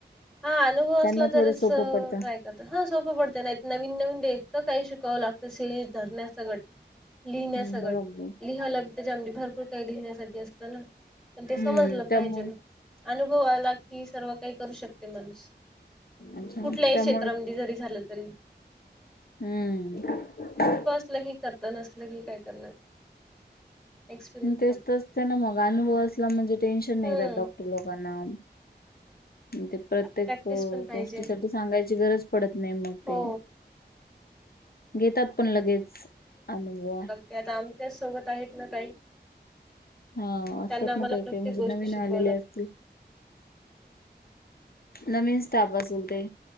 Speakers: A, in the centre; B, on the left (about 60°).
A: हा अनुभव
B: त्यांना
A: असला तरच
B: थोडं सोपं पडतं.
A: <unintelligible> हा सोपं पडत नाही नवीन नवीन ते इतक काही शिकावं लागतं सीरिंज धरण्या सगट लिहिण्या
B: हम्म
A: सगट
B: बरोबर
A: लिहावं लागतं त्याच्यामध्ये भरपूर काही लिहिण्यासाठी अस पण ते समजलं
B: हम्म त्यामुळे
A: पाहिजे अनुभवाला की सर्व काही करू शकत माणूस
B: अच्छा
A: कुठल्याही
B: त्यामुळे
A: क्षेत्रामध्ये जरी झालं तरी
B: हम्म
A: असलं की करतं नसलं की काय करणार? एक्सपिरियन्स
B: तेच तर असते ना मग अनुभव असला म्हणजे टेन्शन नाही
A: हम्म
B: राहत डॉक्टर लोकांना ते प्रत्येक
A: प्रॅक्टिस पण पाहिजे
B: गोष्टीसाठी सांगायची गरज पडत नाही मग
A: हो
B: ते घेतात पण लगेच अनुभव आहे
A: त्यात आमच्याच सोबत आहेत ना काही
B: हा असतात
A: त्यांना आम्हाला
B: ना काही
A: प्रत्येक
B: काही म्हणजे
A: गोष्ट
B: नवीन
A: शिकवाव
B: आलेले
A: लागते.
B: असतील. नवीन स्टाप असल ते